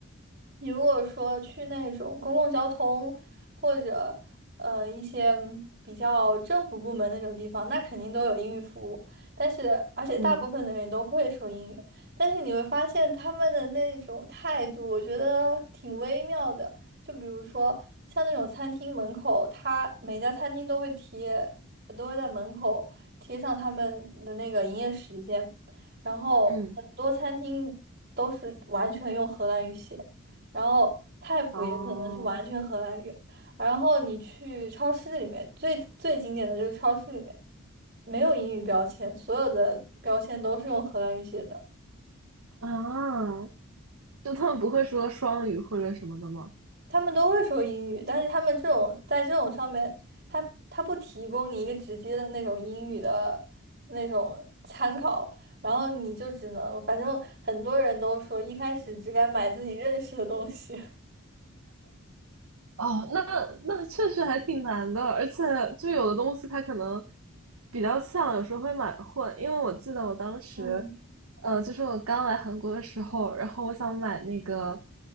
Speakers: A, on the right; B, on the right.
A: 你如果说去那种公共交通或者呃一些嗯比较政府部门那种地方，那肯定都有英语服务，但是而且大部分的人都会说英语，
B: 嗯
A: 但是你会发现他们的那种态度，我觉得挺微妙的。就比如说像那种餐厅门口，他每家餐厅都会贴。我都会在门口贴上他们的那个营业时间，然后很多餐厅都是完全用荷兰语写，
B: 嗯，
A: 然后菜谱也可能是完全荷兰语，
B: 哦
A: 然后你去超市里面，最最经典的就是超市里面没有英语标签，所有的标签都是用荷兰语写的。
B: 啊，就他们不会说双语或者什么的吗？
A: 他们都会说英语，但是他们这种在这种上面，他他不提供你一个直接的那种英语的那种参考，然后你就只能，反正很多人都说一开始只敢买自己认识的东西。<laughs>
B: 哦，那那确实还挺难的，而且就有的东西它可能比较像，有时候会买混。因为我记得我当时，
A: 嗯
B: 呃，就是我刚来韩国的时候，然后我想买那个，